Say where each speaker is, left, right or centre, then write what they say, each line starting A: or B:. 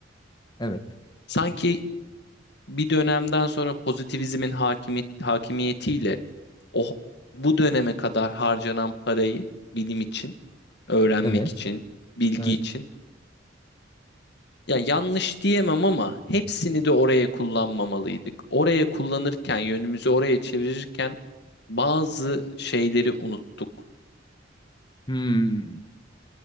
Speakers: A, on the left; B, on the left.
A: Evet.
B: Sanki bir dönemden sonra pozitivizmin hakimiyet, hakimiyetiyle o bu döneme kadar harcanan parayı bilim için, öğrenmek
A: Evet.
B: için, bilgi
A: Evet.
B: için ya yanlış diyemem ama hepsini de oraya kullanmamalıydık. Oraya kullanırken, yönümüzü oraya çevirirken bazı şeyleri unuttuk.
A: Hmm,